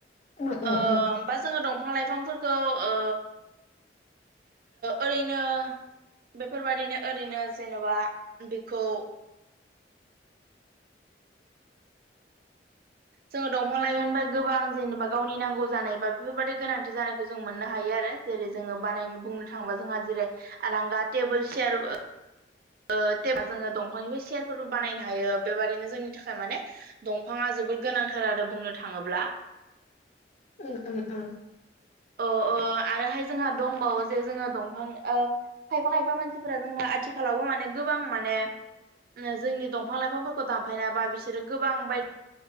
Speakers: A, on the left; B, on the right.
A: उम
B: ओ
A: उम
B: बा जोङो दंफां लाइफांफोरखौ ओ ओरैनो बेफोरबादिनो ओरैनो जेनेबा बेखौ
A: <inaudible>
B: जोङो दंफां लाइमोनबा गोबां जेनेबा गावनि नांगौ जानाय बा बेफोरबाददि गोनांथि जानायखौ जों मोननो हायो आरो। जेरै जोङो बानायनो बुंनो थाङोबा जोंहा जेरै आरांगा टेबोल चियारबो ओ टे- जोङो दंफांनिफ्राय सेयारफोरबो बानायनो हायो। बेबादिनो जोंनि थाखाय माने दंफाङा जोबोद गोनांथार आरो बुंनो थाङोब्ला।
A: उ उ उ
B: अ ओ- आरोहाय जोंहा दंबावो जे जोङो दंफां ओ खायफा खायफा मानसि मानसिफोरा जोंहा आथिखालावबो माने गोबां माने जोंनि दंफां लाइफांफोरखौ दानफायनाबा बिसोरो गोबां बायदि